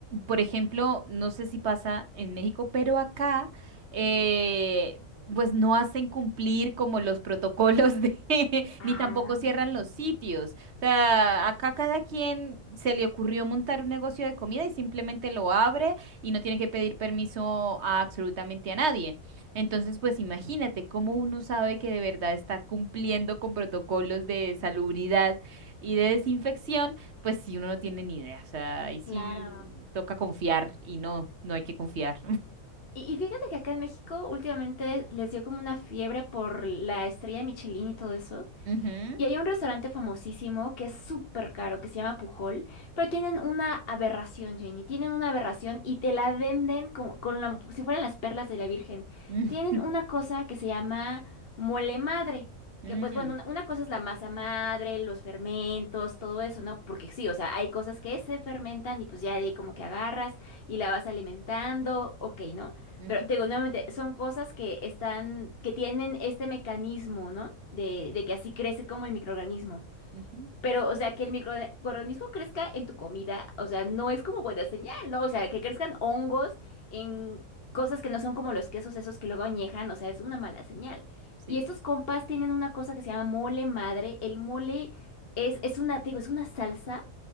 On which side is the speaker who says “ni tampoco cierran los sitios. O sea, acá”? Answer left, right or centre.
Right